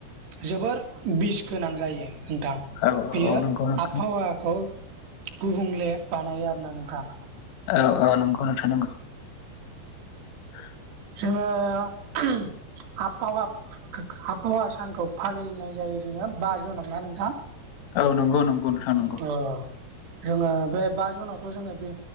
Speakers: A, on the right; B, on the left.
A: जोबोर बिस गोनां जायो नोंथां
B: औ
A: बियो
B: औ नंगौ नोंथां
A: आबहावाखौ गुबुंले बानायो आरोना नोंथां
B: औ औ नंगौ नोंथां नंगौ <unintelligible>
A: जोङो <unintelligible> आबहावा आबहावा सानखौ फालिनाय जायो जोङो बा जुनाव ना नोंथां
B: औ नंगौ नंगौ नोंथां नंगौ
A: अ जोङो बे बा जुनावथ' जोङो बे